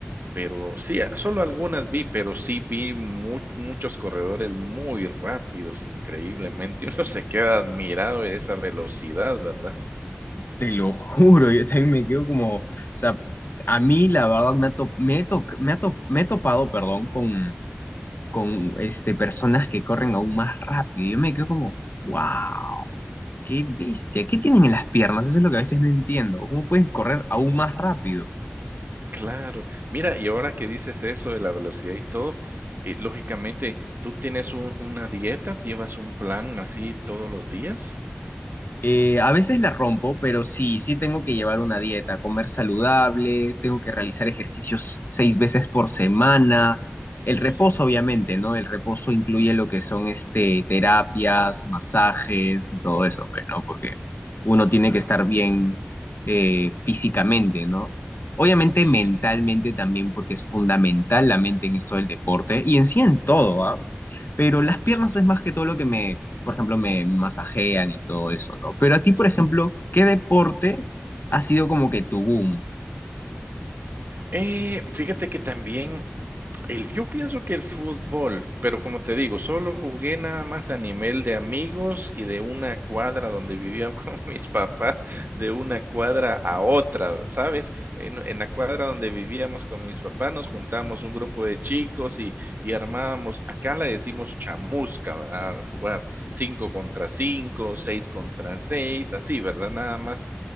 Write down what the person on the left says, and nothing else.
Te lo <laughs> juro, yo también me quedo como, o sea, a mí la verdad me ha, to- me he to- me ha to- me he topado, perdón, con, con este, personas que corren aún más rápido. Yo me quedo como, wow. Qué bestia, ¿qué tienen en las piernas? Eso es lo que a veces no entiendo. ¿Cómo pueden correr aún más rápido?
Eh, a veces la rompo, pero sí, sí tengo que llevar una dieta, comer saludable, tengo que realizar ejercicios seis veces por semana. El reposo,
obviamente, ¿no? El reposo incluye
lo que son este, terapias, masajes y todo eso, pues, ¿no? Porque uno
tiene que estar bien eh, físicamente, ¿no? Obviamente
mentalmente
también, porque es fundamental la mente en esto del deporte y en sí en todo, ¿ah? Pero las piernas
es más que todo lo que me por ejemplo, me masajean y todo eso, ¿no? Pero
a ti, por ejemplo, ¿qué deporte ha sido como que tu boom?